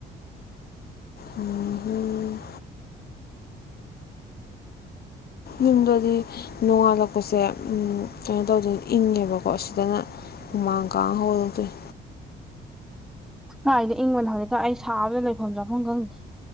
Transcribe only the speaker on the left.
ꯎꯝ ꯍꯝ ꯌꯨꯝꯗꯗꯤ ꯅꯣꯡꯉꯥꯜꯂꯛꯄꯁꯦ ꯎꯝ ꯀꯩꯅꯣ ꯇꯧꯗꯅ ꯏꯪꯉꯦꯕꯀꯣ ꯁꯤꯗꯅ ꯎꯃ ꯀꯥꯡ ꯍꯧꯔꯗꯣꯏꯟ